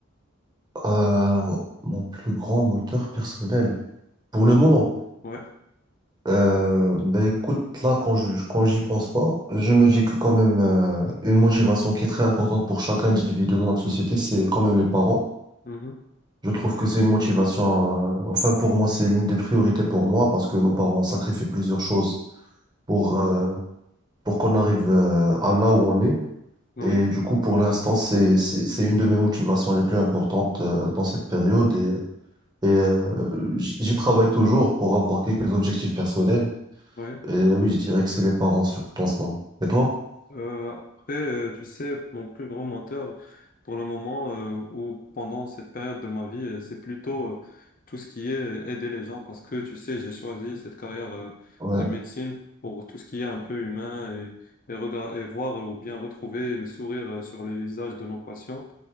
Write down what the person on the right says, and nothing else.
Euh, mon plus grand moteur personnel, pour le moment,
euh, ben écoute, là, quand je, quand j'y pense pas, je me dis que quand même, euh, une motivation qui est très importante pour chaque individu dans notre société, c'est quand même les parents.
Je trouve que c'est une motivation. euh, enfin, pour moi, c'est l'une des priorités pour moi parce que nos parents ont sacrifié plusieurs choses pour, euh, pour qu'on arrive euh, à là où on est.
Et du coup, pour l'instant, c'est, c'est, c'est une de mes motivations les plus importantes euh, dans cette période. Et, et euh, j- j'y travaille toujours pour avoir quelques objectifs personnels.
Et oui, je dirais que c'est les parents surtout en ce moment. Et toi?
Ouais,